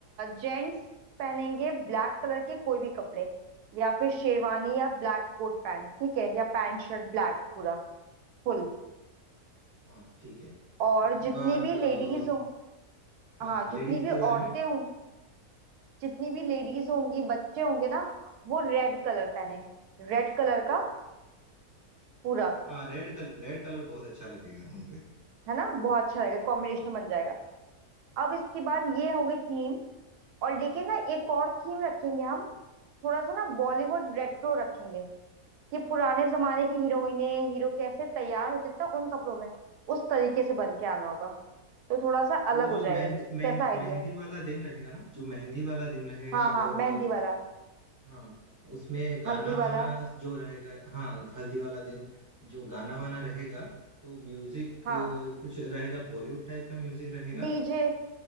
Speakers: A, on the right (about 85°); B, on the right (about 25°).
A: जेंट्स पहनेंगे ब्लैक कलर के कोई भी कपड़े या फिर शेरवानी या ब्लैक कोट पैंट ठीक है या पैंट शर्ट ब्लैक पूरा फुल
B: हाँ ठीक है
A: और
B: उसके
A: जितनी
B: बाद
A: भी
B: अ,
A: लेडीज हो
B: हाँ
A: हाँ
B: हाँ लेडीज
A: जितनी भी
B: के बारे
A: औरतें
B: में
A: हों जितनी भी लेडीज होंगी बच्चे होंगे ना वो रेड कलर पहने रेड कलर का पूरा
B: हाँ रेड कलर रेड कलर बहुत अच्छा लगेगा उनपे
A: है ना बहुत अच्छा रहेगा कॉम्बिनेशन
B: हाँ
A: बन जाएगा अब इसके बाद ये हो गई थीम और लेकिन ना एक और थीम रखेंगे हम थोड़ा सा ना बॉलीवुड रेट्रो रखेंगे कि पुराने जमाने की हीरोइने हीरो कैसे तैयार होते थे उन कपड़ों में उस तरीके से बन के आना होगा तो थोड़ा सा
B: तो वो
A: अलग हो
B: जो
A: जाएगा
B: मेहंदी
A: ये
B: मेहंदी
A: कैसा आइडिया
B: मेहंदी
A: है
B: वाला दिन रहेगा ना जो मेहंदी वाला दिन रहेगा
A: हाँ हाँ
B: और
A: मेहंदी वाला
B: हाँ उसमें गाना
A: हल्दी वाला
B: वाना जो रहेगा हाँ हल्दी वाला दिन जो गाना वाना रहेगा तो म्यूजिक
A: हाँ
B: कुछ रहेगा बॉलीवुड टाइप का म्यूजिक रहेगा
A: डीजे